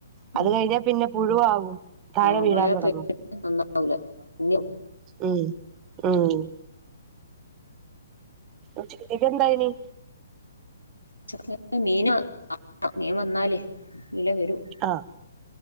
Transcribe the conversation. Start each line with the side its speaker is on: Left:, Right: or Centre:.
Right: അത്
Left: ഉം
Right: കഴിഞ്ഞാ പിന്നെ പുഴുവാകും. താഴെ
Left: ആഹ്
Right: വീഴാൻ
Left: മഴ
Right: തുടങ്ങും
Left: പ് നന്നാവൂല ഇഞ്ഞ്
Right: ഉം ഉംഉം.. ഉച്ചക്കെക്കേന്തായിനി?
Left: ഉച്ചക്കകേക്കാ മീന് മീൻ വന്നാലേ ഇലേ വരും.
Right: ആഹ്